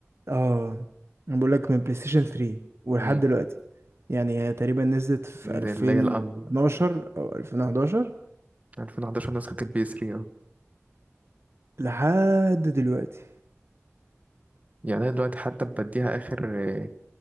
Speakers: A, on the right (about 60°); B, on the right (about 30°).
A: اه انا بقول لك من بلاي ستيشن 3 ولحد
B: مم.
A: دلوقتي يعني هي تقريبا نزلت في
B: من
A: 2012
B: اللي هي الأن
A: او 2011
B: 2011 نسخة البي 3 اه
A: لحد دلوقتي
B: يعني أنا دلوقتي حتى بديها آخر آه،